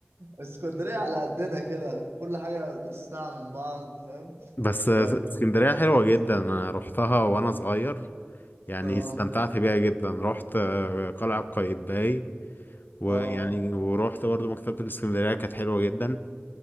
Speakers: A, on the right; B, on the left.
A: اسكندرية على قدنا كده كل حاجة نص ساعة من بعض فاهم
B: بس اسكندرية
A: ب- مش
B: حلوة
A: مش مسافات
B: جدا أنا روحتها وأنا صغير يعني
A: اه
B: استمتعت بيها جدا روحت آه، قلعة قايتباي ويعني
A: اه
B: ورحت برضو مكتبة الاسكندرية كانت حلوة جدا